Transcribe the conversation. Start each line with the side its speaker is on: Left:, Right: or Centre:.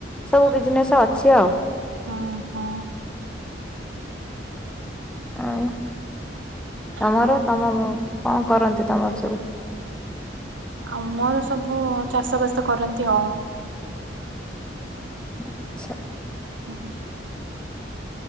Centre: ସବୁ ବିଜନେସ୍ ଅଛି ଆଉ
Right: ହୁଁ ହୁଁ
Centre: ଆଉ ତମର
Right: ହୁଁ।
Centre: ତମ କଣ କରନ୍ତି ତମର ସବୁ?
Right: ଆମର ସବୁ ଚାଷ ବାସ କରନ୍ତି ଆଉ
Centre: ଆଛା।
Right: ହଁ।